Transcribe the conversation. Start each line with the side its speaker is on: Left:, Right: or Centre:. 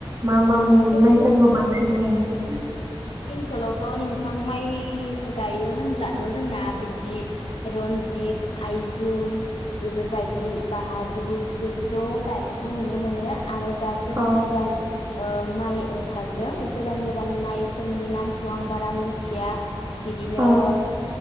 Right: मा मा मुंनि
Left: जोंनि
Right: माइ फोरखौ बांसिन गायो?
Left: सोलावथ' नोंथां माइ गायो होनब्लाथ' जोंना बिदि रन्जित, आइजुम बेफोरबायदि बाहादुर बेफोरखौ गायनायखौ नुनो मोनो आरो दा गोदान
Right: अ
Left: गोदान ओ माइ ओंखारदों गोदान गोदान माइफोरनि नामखौ आं बारा मोनथिया बिदिनो
Right: अ